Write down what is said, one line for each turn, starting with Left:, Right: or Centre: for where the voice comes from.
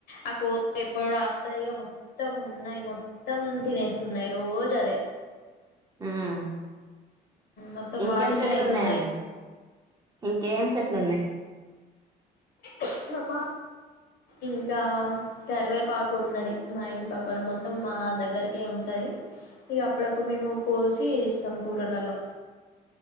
Left: ఆ కోతిఎప్పుడు వస్తాయో మొత్తం ఉన్నాయి మొత్తం తినేస్తున్నాయి రోజు అదే
Right: హ్మ్మ్
Left: మొత్తం
Right: ఇంకేం
Left: వాటికే
Right: చెట్లు
Left: అయితున్నాయి
Right: ఉన్నాయండి ఇంకేం చెట్లు ఉన్నాయి
Left: ఇస్అమ్మ ఇంకా కరివేపాకు ఉన్నది మా ఇంటి పక్కన మొత్తం మా దగ్గరకే ఉంటది ఇక అప్పుడప్పుడు మేము కోసి వేస్తాం కూరలలో